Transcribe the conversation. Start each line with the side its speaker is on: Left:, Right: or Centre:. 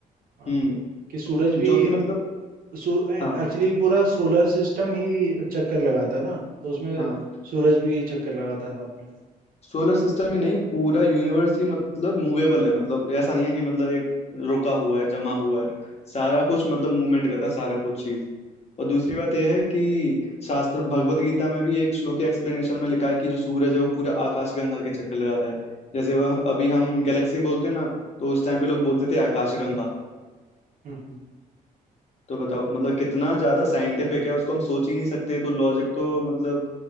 Right: हाँ,
Left: हम्म
Right: कि सूरज भी
Left: जो कि मतलब
Right: एक्चुअली
Left: हाँ
Right: पूरा सोलर सिस्टम ही चक्कर लगाता है ना तो उसमें
Left: हाँ
Right: सूरज भी चक्कर लगाता है साथ में
Left: सोलर सिस्टम ही नहीं पूरा यूनिवर्स ही मतलब मूवेबल है मतलब ऐसा नहीं है कि मतलब एक रुका हुआ है जमा हुआ है सारा कुछ मतलब मूवमेंट करता है सारा कुछ चीज और दूसरी
Right: हम्म,
Left: बात यह है कि शास्त्र भगवत गीता में भी एक श्लोक के एक्सप्लेनेशन में लिखा है कि जो सूरज है वो पूरा आकाशगंगा के चक्कर लगाता है जैसे वह अभी हम गैलेक्सी बोलते हैं ना तो उस टाइम पे लोग बोलते थे आकाशगंगा
Right: हम्म, हम्म।
Left: तो बताओ मतलब कितना ज्यादा साइंटिफिक है उसको हम सोच ही नहीं सकते तो लॉजिक तो मतलब